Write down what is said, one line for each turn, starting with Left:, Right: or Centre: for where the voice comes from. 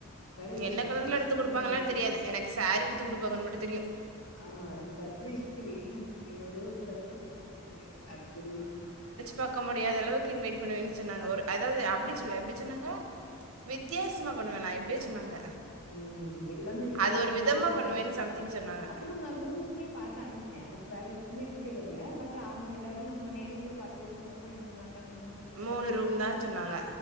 Left: வேற ஏதோ
Right: என்ன
Left: சர்ப்ரைஸ்ன்னு
Right: கலர்ல எடுத்து
Left: சொன்னாங்க
Right: குடுப்பாங்கன்னனு தெரியாது எனக்கு சேரி எடுத்து குடுப்பாங்கன்னு மட்டு தெரியு
Left: ஆ சர்பரைஸ்க்கு வெயிட்டிங் என்னதோ ஒரு சர்பரைஸ்ன்னு சொன்னாங்க அதுக்கு ஒரு வெயிட்டிங்
Right: பாக்க முடியாத அளவுக்கு இன்வைட் பண்ணுவன்னு சொன்னாங்க ஒரு அதாவது அப்டி சொல்ல எப்டி சொன்னாங்க வித்தியாசமா பண்ணுவேண்ணா எப்டியோ சொன்னாங்க
Left: ம் து எல்லாமே வித்தியாசமா
Right: அது ஒரு
Left: தானே
Right: விதமா
Left: யோசிப்பாங்க
Right: பண்ணுவேன்னு சம்திங் சொன்னாங்க
Left: அப்றோ நா ரூம்ஸ் ம்மே பாத்து அனுப்பனே அதுக்கு வேற எதுக்குமே ரிப்ளை வரல பட் அவங்க ரெண்டாவது நம்ம நேர்ல போய் பாத்து சொன்னா அப்போ என்ன சொன்னாங்க என்னமோ க்கறது
Right: மூணு
Left: னாங்க
Right: ரூம் தான் சொன்னாங்க